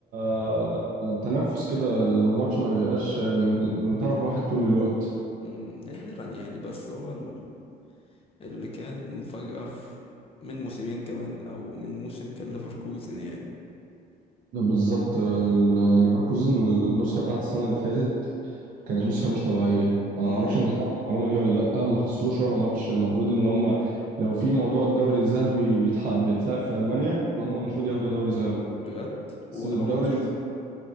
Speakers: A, on the right; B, on the left.
A: آه، تنافس كده الماتش ما بيبقاش من من طرف واحد طول الوقت
B: أمم، نادرا يعني بس هو ال- اللي كان مفاجاه في من موسمين كمان او من موسم كان ليفركوزن يعني
A: ده بالظبط آه، ليفركوزن النسخة بتاعت السنة اللي فاتت كانت نسخة مش طبيعية أنا
B: أمم،
A: ما أعرفش أنت تعرف المعلومة دي ولا لأ ما خسروش ولا ماتش المفروض إن هم لو في موضوع الدوري الذهبي بيتح- بيتلعب في ألمانيا إن هم المفروض ياخدوا دوري ذهبي
B: بجد ولا
A: بس الدوري
B: ماتش
A: الز-